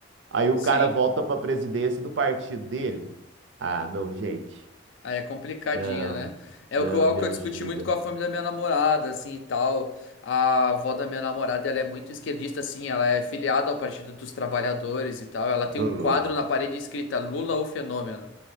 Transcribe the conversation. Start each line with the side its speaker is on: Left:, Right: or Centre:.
Right: Aí o
Left: sim.
Right: cara volta pra presidência do partido dele. Ah, não, gente.
Left: Aí é complicadinho,
Right: Não,
Left: né? É
Right: não,
Left: o que eu, algo
Right: me
Left: que
Right: ajuda.
Left: eu discuti muito com a família da minha namorada, assim, e tal. A avó da minha namorada, ela é muito esquerdista, assim, ela é filiada ao Partido dos Trabalhadores e tal. Ela tem
Right: Ô,
Left: um
Right: louco.
Left: quadro na parede escrita Lula, o fenômeno.